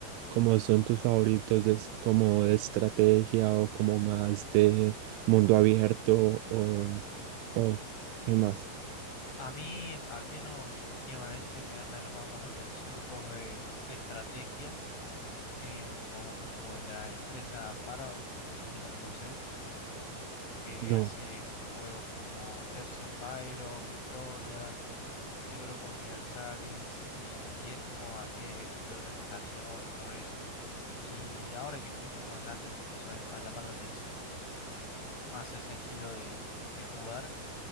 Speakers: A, on the right; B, on the left.
A: como son tus favoritos, de es- como de estrategia o como más de mundo abierto o, o qué más?
B: a mí, al menos últimamente, me, ha- me han llamado más la atención los juegos de, de estrategia, em, como, como de la empresa Paradox, no sé si la conoces, que
A: No,
B: hace juegos como Hearts of Iron, Victoria, Europa Universalis, y es como así de de organización, todo eso. Y ahora que estoy un poco más grande, me empezó a, a llamar la atención más ese estilo de, de jugar